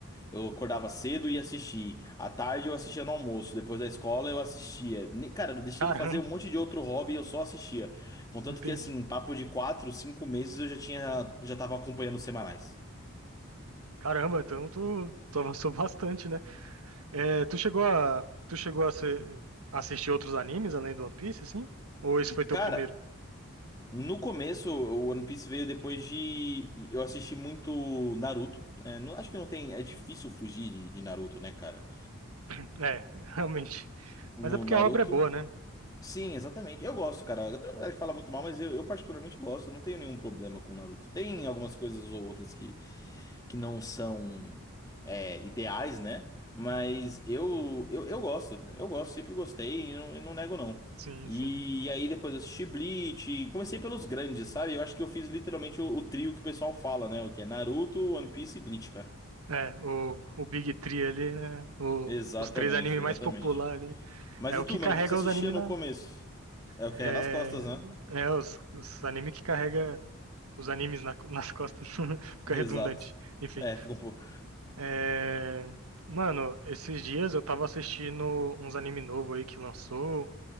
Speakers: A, on the left; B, on the right.
A: eu acordava cedo e ia assistir. À tarde eu assistia no almoço. Depois da escola eu assistia. Ne- Cara, eu deixei
B: Caramba,
A: de fazer um monte de outro hobby e eu só assistia. Contanto
B: <laughs> entendi.
A: que, assim, em papo de quatro, cinco meses eu já tinha, já tava acompanhando os semanais.
B: Caramba, então tu, tu avançou bastante, né? É, tu chegou a, tu chegou a ser- assistir outros animes além do One Piece, assim? Ou esse foi teu
A: Cara,
B: primeiro?
A: no começo o One Piece veio depois de. Eu assisti muito Naruto. né? Não- acho que não tem. É difícil fugir de, de Naruto, né, cara?
B: É, <laughs> realmente.
A: No
B: Mas é porque
A: Naruto.
B: a obra é boa, né?
A: Sim, exatamente. Eu gosto, cara. Tem uma galera que fala muito mal, mas eu, eu particularmente gosto. Eu não tenho nenhum problema com o Naruto. Tem algumas coisas ou outras que, que não são é, ideais, né? Mas eu, eu, eu gosto. Eu gosto, sempre gostei e não, e não nego, não.
B: Sim,
A: E
B: sim.
A: aí depois eu assisti Bleach. Comecei pelos grandes, sabe? Eu acho que eu fiz literalmente o, o trio que o pessoal fala, né? O que é Naruto, One Piece e Bleach, cara.
B: É, o, o Big Three ali, né? O,
A: Exatamente,
B: os três animes
A: exatamente.
B: mais populares ali.
A: Mas
B: É
A: e
B: o
A: tu,
B: que carrega
A: mano? O que que você assistia
B: os animes
A: no começo? É o
B: É,
A: que é nas costas, né?
B: é os, os anime que carrega os animes na- nas costas. <laughs> Fica
A: Exato.
B: redundante. Enfim.
A: É, fica um pouco.
B: É, mano, esses dias eu tava assistindo uns anime novo aí que lançou,